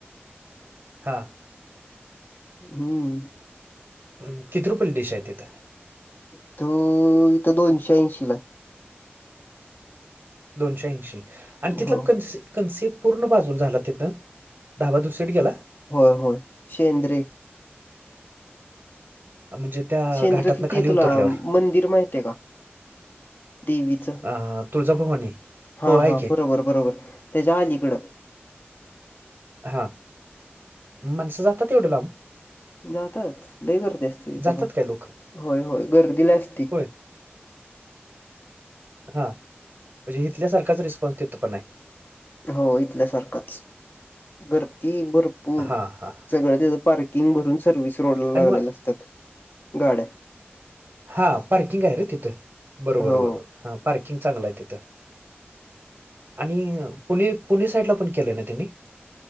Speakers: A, on the right; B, on the left.
A: हां
B: हम्म
A: हं किती रुपयाला डिश आहे तिथं
B: इथं इथं दोनशे ऐंशी ला
A: दोनशे ऐंशी आणि तिथला
B: हो
A: कन्सी कन्सेप पूर्ण बाजूला झाला तिथं डाबा दुसरिकडं गेला.
B: होय होय शेंद्रे
A: म्हणजे त्या
B: शेंद्रातलं
A: घाटातनं खाली
B: ते तुला
A: उतरल्यावर
B: मंदिर माहित आहे का देवी ' चं
A: अं, तुळजाभवानी
B: हा
A: हो आहे
B: हा
A: की
B: बरोबर बरोबर त्याच्या अलीकडं
A: मं हा माणसं जातात येवढं लांब
B: जातात लय गर्दी असते तिथं
A: जातात
B: पण
A: काय लोक
B: होय होय गर्दी लय असती.
A: होय हा म्हणजे इथल्यासारखाच रिस्पॉन्स तिथं पण हाय
B: हो इथल्यासारखंच गर्दी भरपूर
A: हां, हां.
B: सगळं तिद पार्किंग भरून सर्विस रोड ला लागलेला
A: आणि मग
B: असतात गाड्या
A: हा पार्किंग आहे रे तिथं बरोबर
B: हो
A: बरोबर हा पार्किंग चांगलं आहे तिथं आणि पुणे पुणे साईडला पण केलय ना त्यांनी